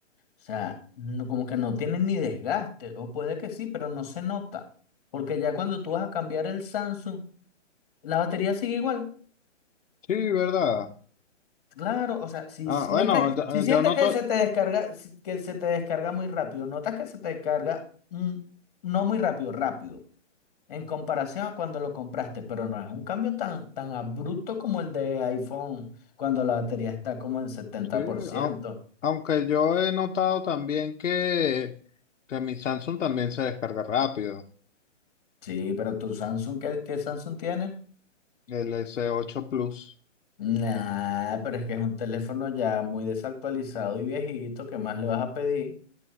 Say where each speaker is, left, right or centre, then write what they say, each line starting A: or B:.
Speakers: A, on the left; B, on the left.
A: o sea, no- como que no tienen ni desgaste, o puede que sí, pero no se nota. Porque ya cuando tú vas a cambiar el Samsung, la batería sigue igual.
B: Sí, ¿verdad?
A: Claro, o sea, si
B: Ah,
A: sientes,
B: bueno, yo,
A: si sientes
B: yo noto,
A: que se te descarga, si- que se te descarga muy rápido, notas que se te descarga mm, no muy rápido, rápido. en comparación a cuando lo compraste, pero no es un cambio tan, tan abrupto como el de iPhone cuando la batería está como en setenta
B: sí,
A: por ciento.
B: au- aunque yo he notado también que, que mi Samsung también se descarga rápido,
A: Sí, pero tu Samsung, ¿qué, qué Samsung tienes?
B: el s ocho Plus.
A: Nah, pero es que es un teléfono ya muy desactualizado y viejito, ¿qué más le vas a pedir?